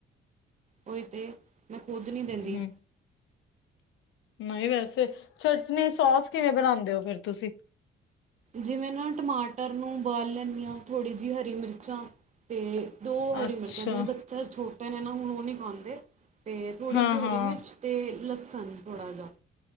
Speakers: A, on the right; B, on the left.
A: ਉਹੀ ਤੇ, ਮੈਂ ਖੁਦ ਨਹੀਂ ਦਿੰਦੀ।
B: ਹਮ ਨਹੀਂ ਵੈਸੇ, ਚਟਨੀ ਸੋਸ ਕਿਵੇਂ ਬਣਾਉਂਦੇ ਹੋ ਫਿਰ ਤੁਸੀਂ?
A: ਜਿਵੇਂ ਨਾ, ਟਮਾਟਰ ਨੂੰ ਉਬਾਲ ਲੈਂਦੀ ਹਾਂ, ਥੋੜ੍ਹੀ ਜਿਹੀ ਹਰੀ ਮਿਰਚਾਂ ਤੇ ਦੋ ਹਰੀ
B: ਅੱਛਾ
A: ਮਿਰਚਾਂ, ਜਿਵੇਂ ਬੱਚਾ ਛੋਟੇ ਨੇ ਨਾ, ਹੁਣ ਉਹ ਨਹੀਂ ਖਾਂਦੇ। ਤੇ ਥੋੜ੍ਹੀ
B: ਹਾਂ
A: ਜਿਹੀ,
B: ਹਾਂ
A: ਹਰੀ ਮਿਰਚ ਤੇ ਲਸਣ, ਥੋੜ੍ਹਾ ਜਿਹਾ